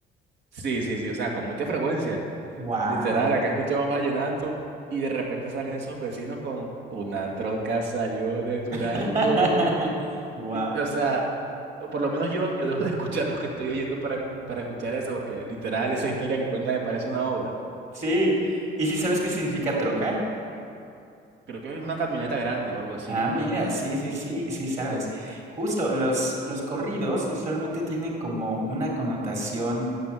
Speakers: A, on the right (about 65°); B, on the right (about 40°).
A: Sí, sí, sí, o sea, con mucha frecuencia.
B: Wow.
A: Literal, acá escuchamos vallenato y de repente salen esos vecinos con una troca salió de Durango.
B: <laughs> Wow.
A: Y, o sea, por lo menos yo, yo dejo de <laughs> escuchar lo que estoy oyendo para, para escuchar eso, porque literal esa historia que cuenta me parece una obra.
B: Sí. ¿Y si sabes qué significa troca?
A: Creo que es una camioneta grande o algo así.
B: Ah, mira, sí, sí, sí, sí sabes. Justo, los, los corridos usualmente tienen como una connotación,